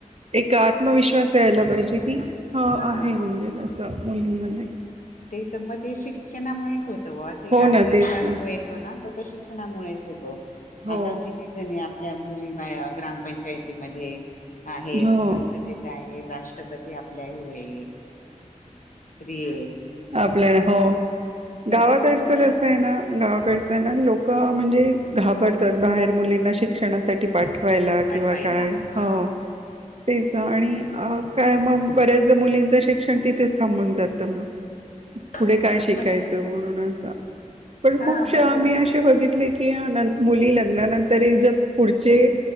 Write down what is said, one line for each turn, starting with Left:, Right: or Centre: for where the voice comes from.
Right: एक आत्मविश्वास - यायला पाहिजे की ह आहे
Left: हा
Right: म्हणजे कसं मुलींमध्ये.
Left: ते तर मग ते शिक्षणामुळेच होते. ते
Right: हो
Left: आत्मविश्वास
Right: ना तेच ना
Left: जो येतो ना तो शिक्षणामुळेच येतो
Right: हो.
Left: आता किती जणी आपल्या मुली बा ग्रामपंचायतीमध्ये आहेत
Right: हो
Left: संसदेत आहेत. राष्ट्रपती आपल्या हे स्त्रीय
Right: आपल्या हो गावाकडचं
Left: तर गरजेला
Right: कसं आहे ना गावाकडचं आहे ना लोक म्हणजे घाबरतात बाहेर मुलींना शिक्षणासाठी पाठव व्हायला
Left: पाठवायला
Right: किंवा काय
Left: हा.
Right: हो तेच आणि अ काय मग बऱ्याचदा मुलींचं शिक्षण तिथेच थांबून जातं मग
Left: हा
Right: पुढे काय
Left: पण
Right: शिकायचं
Left: मग
Right: म्हणून असं पण
Left: हा
Right: खूप
Left: मग ते
Right: मी असे बघितले की मुली लग्नानंतर एक जर पुढचे